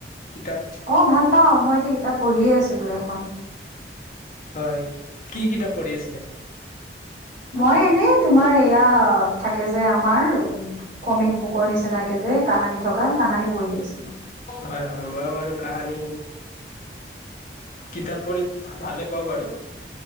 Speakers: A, on the left; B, on the right.
A: কিতাপ
B: অ' ভাল পাওঁ। মই এতিয়া কিতাপ পঢ়িয়ে আছিলোঁ এখন।
A: হয়, কি কিতাপ পঢ়ি আছিলে?
B: মই এনেই তোমাৰ এয়া থাকে যে আমাৰ কমিক বুকৰ নিচিনা যে কাহানী থকা, কাহানী পঢ়ি আছিলো।
A: হয় - হয়, মই বাৰু কাহানি কিতাপ পঢ়ি ভালে পাওঁ বাৰু।